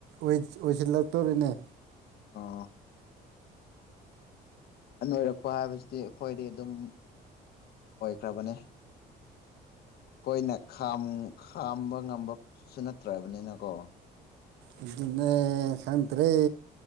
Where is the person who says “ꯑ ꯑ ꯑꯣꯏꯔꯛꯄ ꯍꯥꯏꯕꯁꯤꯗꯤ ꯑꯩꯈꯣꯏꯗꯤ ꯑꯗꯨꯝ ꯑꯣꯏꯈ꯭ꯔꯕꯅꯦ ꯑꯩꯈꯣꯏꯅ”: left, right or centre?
Left